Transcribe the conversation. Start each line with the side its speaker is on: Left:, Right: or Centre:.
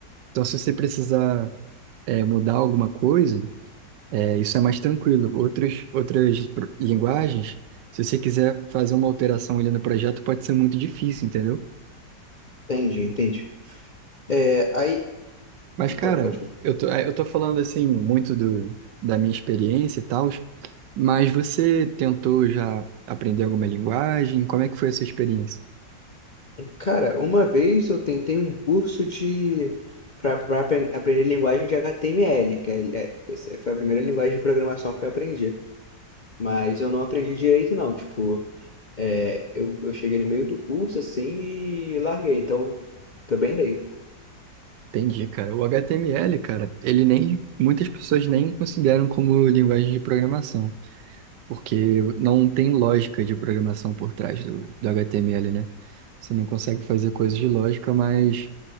Right: Então, se você precisar é, mudar alguma coisa, é, isso é mais tranquilo. Outras, outras pro- linguagens, se você quiser fazer uma alteração ali no projeto, pode ser muito difícil, entendeu?
Left: Entende, entende. É, aí,
Right: Mas, cara,
Left: pode, pode.
Right: eu tô, eh, eu tô falando assim muito do, da minha experiência e tal, mas você tentou já aprender alguma linguagem? Como é que foi a sua experiência?
Left: Cara, uma vez eu tentei um curso de, para pra aprender linguagem de HTML, que é, é- essa foi a primeira linguagem de programação que eu aprendi. Mas eu não aprendi direito, não, tipo... É, eu, eu cheguei no meio do curso, assim, e larguei. Então, também leigo.
Right: Entendi, cara. O HTML, cara, ele nem, muitas pessoas nem consideram como linguagem de programação, porque não tem lógica de programação por trás do, do HTML, né? Você não consegue fazer coisas de lógica, mas